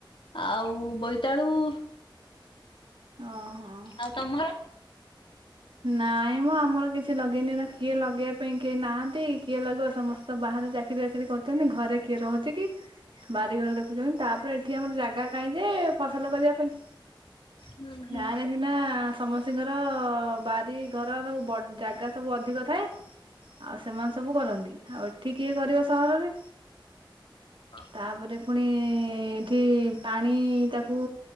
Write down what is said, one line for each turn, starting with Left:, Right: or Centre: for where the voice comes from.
Left: ଆଉ ବୋଇତାଳୁ।
Right: ଅ ହଁ।
Left: ଆଉ ତମର।
Right: ନାଇଁ ମ ଆମର କିଛି ଲଗେଇନି ଏରା କିଏ ଲଗେଇବା ପାଇଁ କେହି ନାହାନ୍ତି କିଏ ଲଗେଇ ସମସ୍ତେ ତ ବାହାରେ ଚାକିର ଚାକିରି ବାକିରି କରୁଛନ୍ତି ଘରେ କିଏ ରହୁଚି କି। ବାରିଘରେ ଦେଖୁଛନ୍ତି ତାପରେ ଏଠି ଆମର ଜାଗା କାହିଁ ଯେ ଫସଲ କରିବା ପାଇଁ।
Left: ହୁଁ ହୁଁ।
Right: ଗାଁରେ ସିନା ସମସ୍ତିଙ୍କର ବାରି ଘର ସବୁ ବଡ୍ ଜାଗା ସବୁ ଅଧିକ ଥାଏ। ଆଉ ସେମାନେ ସବୁ କରନ୍ତି ଆଉ ଏଠି କିଏ କରିବ ସହରରେ।
Left: ହଁ।
Right: ତାପରେ ପୁଣି ଏଠି ପାଣି ତାକୁ